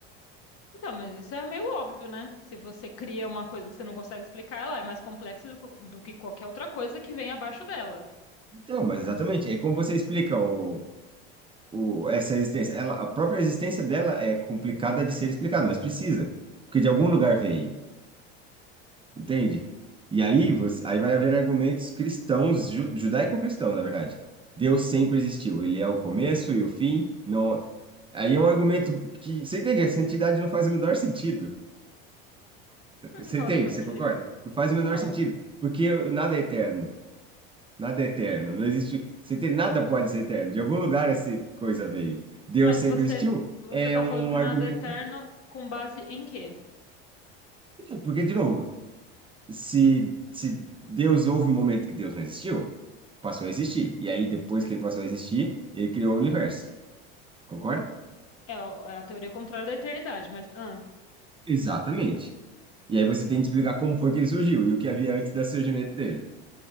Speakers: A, on the left; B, on the right.
A: Então, mas isso é meio óbvio, né? Se você cria uma coisa que você não consegue explicar, ela é mais complexa do, co- do que qualquer outra coisa que vem abaixo dela.
B: Então, mas exatamente, é como você explica o, o, essa existência. Ela, a própria existência dela é complicada de ser explicada, mas precisa, porque de algum lugar veio, entende? E aí, você, aí vai haver argumentos cristãos, ju, judaico-cristão, na verdade. Deus sempre existiu, ele é o começo e o fim. Não, aí é um argumento que, você entende? Essa entidade não faz o menor sentido.
A: Por
B: Você
A: que que ela
B: entende?
A: não faz
B: Você
A: sentido?
B: concorda? Não faz o menor
A: Não.
B: sentido, porque nada é eterno. Nada é eterno, não existe. Se tem, nada pode ser eterno. De algum lugar essa coisa veio. Deus
A: Mas
B: sempre
A: você,
B: existiu.
A: você
B: É
A: tá
B: um
A: falando que
B: argumento
A: nada é eterno
B: para
A: com base em quê?
B: que tem. Porque, de novo, se, se Deus houve um momento que Deus não existiu, passou a existir. E aí, depois que ele passou a existir, ele criou o universo. Concorda?
A: É a é a teoria contrária da eternidade, mas ahn.
B: Exatamente. E aí você tem de explicar como foi que ele surgiu e o que havia antes do surgimento dele.